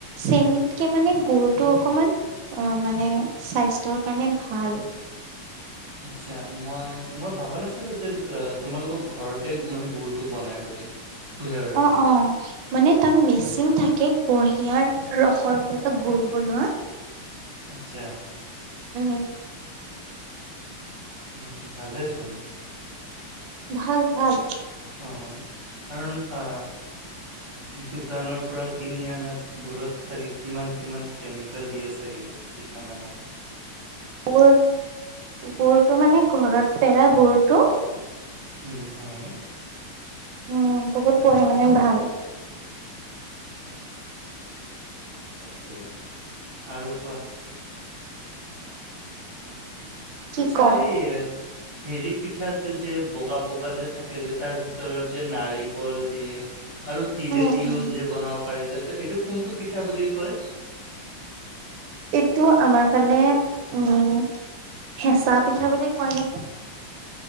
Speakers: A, on the right; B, on the right.
A: চেনিতকে মানে গুৰটো অকমান আহ মানে স্বাস্থ্যৰ কাৰণে ভাল
B: আচ্ছা মই মই ভাবা নাছিলো যে তোমালোকৰ ঘৰতে গুৰ মানে গুৰ টো বনাই বুলি কুহিয়াৰত
A: অ
B: দি
A: অ মানে তাত মেচিন থাকে কুঁহিয়াৰ ৰসৰ পৰা গুুৰ বনোৱা
B: আতচ্ছা
A: উম
B: উম ভালে চোন
A: ভাল ভাল
B: অ কাৰণ আ দোকানৰ পৰা কিনি আনাত বোৰত চাগে কিমান কিমান কেমিকেল দিয়ে চাগে। ঠিকানা নাই
A: গুৰ গুৰুটো মানে ঘৰত পেৰা গুৰটো
B: উম হয়।
A: উম বহুত পঢ়ে মানে ভাল
B: আচ্ছা তাকে আৰু কোৱা
A: কি
B: আচ্ছা
A: কওঁ
B: এই হেৰি পিঠাটো যে বগা বগা যে থাকে যে তাৰ ভিতৰত যে নাৰিকল দিয়ে। আৰু তিলে
A: উম,
B: দিওঁ
A: উম।
B: যে বনাব পাৰি যাতে এইটো কোনটো পিঠা বুলি কয়।
A: এইটো আমাৰ পানে উম হেঁচা পিঠা বুলি কয় নিকি